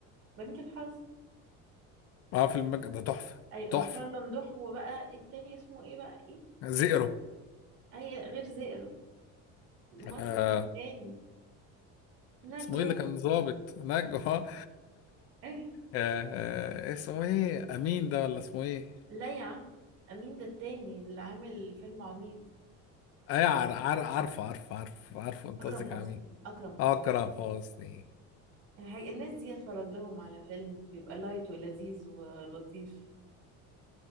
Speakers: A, on the right; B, on the left.
A: بنك الحظ
B: اه في المك... ده تحفه
A: اي محمد
B: تحفه
A: ممدوح وبقى التاني اسمه ايه بقى ايه
B: زئرو
A: اي غير زئر الممثل
B: آه
A: التاني نجوى
B: اسمه ايه اللي كان ظابط نجوى <laughs> آه،
A: إيه؟
B: آه، اسمه ايه امين ده ولا اسمه ايه
A: لا يا عم مين ده التاني اللي عامل فيلم عميق
B: اي عار عار عارفه عارفه عارفه عارفه انت
A: اكرم
B: قصدك
A: حسني
B: على مين
A: اكرم حسني
B: آه، اكرم حسني
A: الحاج... الناس دي اتفرج لهم على فيلم بيبقى لايت ولذيذ ولطيف